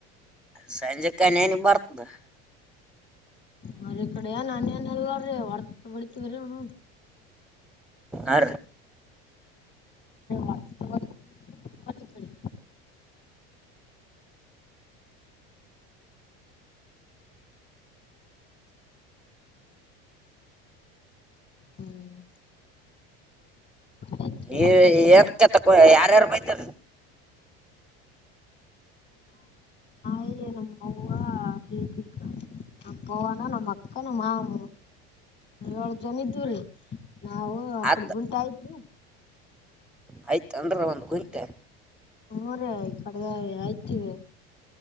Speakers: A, in the centre; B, on the left.
A: ಸಂಜೆ ಕನ್ನ ಬರ್ತದ
B: ನ್ರ ಈ ಕಡೆಏನ್ನ್ಎಲ್ಲ ರೀ ಹೊರ್ತ ಬಿಡ್ತವಿರೀ ಅವ
A: ಆ
B: ಹೊಡ್ತ ಬಿಡ್ತ ಈ ಕಡೆ ಹ್ಮ್ ಆಯ್ತ್ರಿ
A: ಈ
B: ಹಂಗಾದ್ರ
A: ಎತತಕ್ಕ ಯಾರ್ಯಾರು ಬೈತಾರ
B: ಅ ನಮ್ ಮೌವ ಪಿಕ ಪವನ ನಮ್ಮ್ ಅಕ್ಕನ ಮಾಮ ಏಳು ಜನ ಇದು ರೀ ನಾವು ಅಕಡೆ
A: ಆತ್
B: ಗುಂಟ ಆಯ್ತ್
A: ಆಯ್ತ ಅಂದ್ರ ಒಂದ್ ಗುಂಟೆ
B: ಹೂ ರೇ ಈ ಕಡೆದ ಆಯ್ತಿವಿ